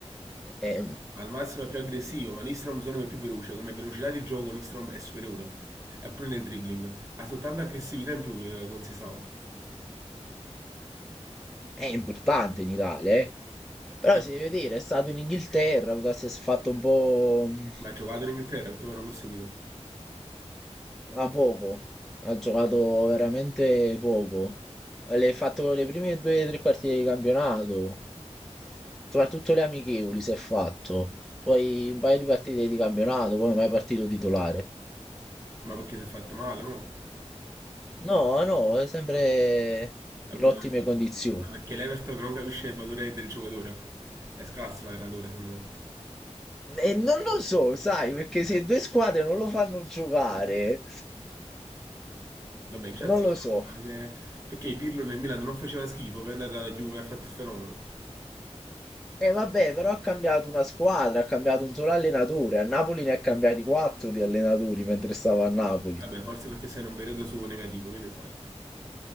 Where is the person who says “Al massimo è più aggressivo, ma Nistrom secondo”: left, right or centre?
Right